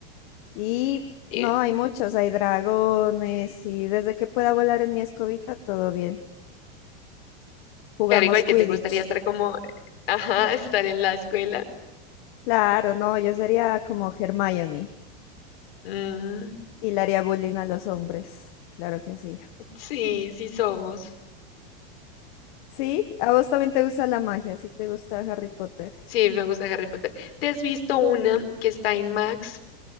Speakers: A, on the left; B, on the left.
A: Y
B: Y
A: no, hay muchos, hay dragones y desde que pueda volar en mi escobita, todo bien. Jugamos
B: claro, igual
A: Quidditch.
B: que te gustaría estar como, ajá, <laughs> estar en la escuela.
A: Claro, no, yo sería como Hermione
B: Mm,
A: y le haría bullying a los hombres. Claro que sí.
B: sí, sí somos.
A: Sí, a vos también te gusta la magia, sí te gusta Harry Potter.
B: Sí, me gusta Harry Potter. ¿Te has visto una que está en Max?